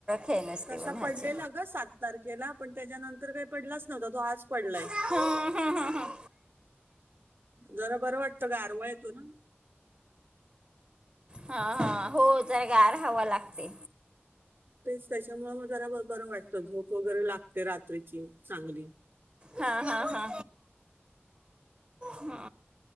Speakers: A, on the right; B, on the right.
A: हे नसते
B: तसा
A: उन्हाचे
B: पडलेला ग सात तारखेला पण त्याच्यानंतर काही पडलाच नव्हता तो आज पडलाय
A: हम्म, हम्म, हम्म.
B: जरा बरं वाटत गारवा य तो ना
A: हा हा हो तर गार हव लागते
B: तेचपशामुळे म्ह जरा बर वाटत झोप वगैरे लागते रात्रीची चांगली
A: हा हा हा हा